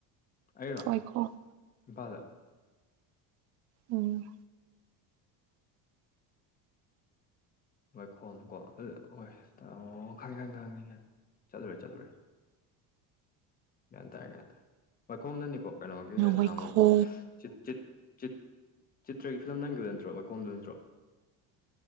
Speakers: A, on the left; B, on the right.
A: ꯑꯩꯔꯣ
B: ꯋꯥꯏꯈꯣ
A: ꯏꯝꯐꯥꯜꯗ
B: ꯎꯝ
A: ꯋꯥꯥꯏꯈꯣꯝ ꯀꯣ ꯑꯗꯨ ꯑꯣꯏ <unintelligible> ꯑꯣ ꯈꯪꯉꯦ ꯈꯪꯉꯦ ꯈꯪꯉꯦ ꯆꯠꯂꯨꯔꯦ ꯆꯠꯂꯨꯔꯦ ꯒ꯭ꯌꯥꯟ ꯇꯥꯔꯦ ꯒ꯭ꯌꯥꯟ ꯇꯥꯔꯦ ꯋꯥꯥꯏꯈꯣꯡꯗꯅꯤꯀꯣ ꯀꯩꯅꯣꯒꯤ ꯅꯍꯥꯟꯃꯨꯛ
B: ꯋꯥꯏꯈꯣ
A: <unintelligible> ꯆꯤꯠ ꯆꯤꯠ ꯆꯤꯠ ꯆꯤꯠꯇ꯭ꯔꯒꯤ ꯐꯤꯂꯝ ꯅꯝꯒꯤꯕꯗꯨ ꯅꯠꯇ꯭ꯔꯣ ꯋꯥꯏꯈꯣꯝꯗ ꯅꯠꯇ꯭ꯔꯣ